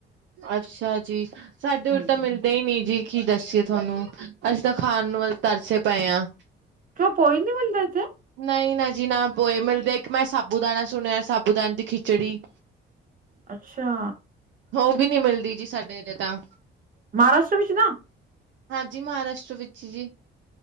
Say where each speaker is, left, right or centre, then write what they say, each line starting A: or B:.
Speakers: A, on the right; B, on the right.
A: ਅੱਛਾ ਜੀ ਸਾਡੇ ਉਰ
B: ਹਾਂਜੀ
A: ਤਾਂ ਮਿਲਦੇ ਹੀ ਨੀ ਜੀ। ਕੀ ਦੱਸੀਏ ਤੁਹਾਨੂੰ ਅਸੀਂ ਤਾਂ ਖਾਣ ਨੂੰ ਤਰਸੇ ਪਏ ਹਾਂ।
B: ਕਿਉਂ ਪੋਏ ਨੀ ਮਿਲਦੇ ਇੱਥੇ?
A: ਨਹੀਂ ਨਾ ਜੀ ਨਾ ਪੋਏ ਮਿਲਦੇ ਇੱਕ ਮੈਂ ਸਾਬੂ ਦਾਣਾ ਸੁਣਿਆ ਸਾਬੂ ਦਾਣੇ ਦੀ ਖਿਚੜੀ।
B: ਅੱਛਾ।
A: ਉਹ ਵੀ ਨੀ ਮਿਲਦੀ ਜੀ ਸਾਡੇ ਇਥੇ ਤਾਂ।
B: ਮਹਾਰਾਸ਼ਟਰ ਵਿੱਚ ਨਾ।
A: ਹਾਂਜੀ ਮਹਾਰਾਸ਼ਟਰ ਵਿੱਚ ਜੀ।